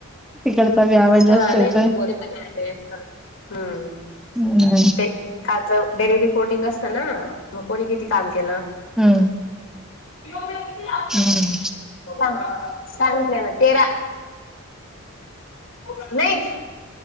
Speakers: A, in the centre; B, on the left.
A: तिकडचा बी आवाज जास्त
B: हा नाही
A: येतोय.
B: बोलते पण आहे. हम्म
A: <inaudible>
B: ते कालचं डेली रिपोर्टिंग असतं ना, मग कोणी किती काम केलं?
A: हम्म
B: <inaudible>
A: <inaudible>
B: सांग <inaudible> सांगितले ना तेरा <inaudible> नाही